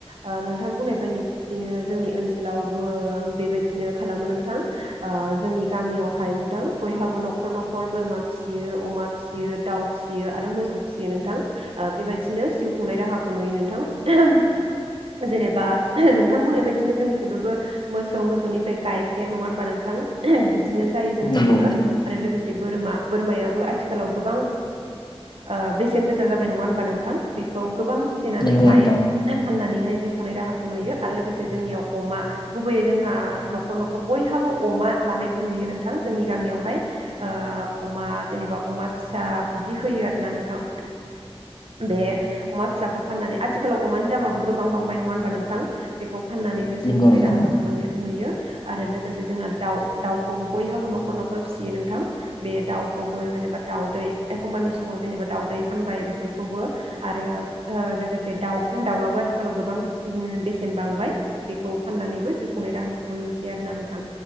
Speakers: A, on the right; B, on the left.
A: ओ नों थां बुंनाय ब बिदिनो जोंनि ओनसोलावबो बेबायदिनो खालामो नोंथां ओ जोंनि गामियावहाय नोंथां बयहाबो न'खर न'खर बोरमा फिसियो अमा फिसियो दाउ फिसियो आरो मोसौ फिसियो नोंथां ओ बेबायदिनो जिउ खुंनाय राहाखौ नुयो नोंथां जेनेबा नोंथांबुंनाय बायदिनो जोंनिखौबो मोसौ मोसौनिफ्राय गाइखेर नङा होनबा नोंथां बिदिनो जायो जोंनिखिबो
B: नंगौ नोंथां
A: आरो लोगोसे बोरमा बोरमायाबो आथिखालाव गोबां ओ बेसेन गोसा जाबाय नङा होनबा नोंथां बेखौ गोबां फिसिनानैहाय
B: नंगौ नोंथां
A: फाननानैहाय जिउ खुंनाय राहाखौ नुयो आरो लोगोसे जोंनियाव अमा गुबै जोंहा न'खर न'खर बयहाबो अमा लानायखौ नुयो नोंथां जोंनि गामियावहाय अमा जेनेबा अमा फिसा बिदि होयो आरोना नोंथां बे अमा फिसाखौ फाननानै आथिखालाव अमानि दामाबो गोबां बांबाय नङा होनबा नोंथां बेखौ फाननानैबो जिउ
B: नंगौ
A: खुंनाय
B: नोंथां
A: राहा खालामनायखौ नुयो आरो लोगोसे जोंना दाउ दाउखौबो बयहाबो न'खर न'खर फिसियो नोंथां बे दाउखौबो जेनेबा दाउदै एखमबानि समाव जेनेबा दाउदै फानबाय बेफोरखौबो आरो ओ लोगोसे दाउ दाउआबो आथिखालाव गोबां बेसेन बांबाय बेखौ फाननानैबो जिउ खुंनाय राहाखौबो नुसै आरो ना नोंथां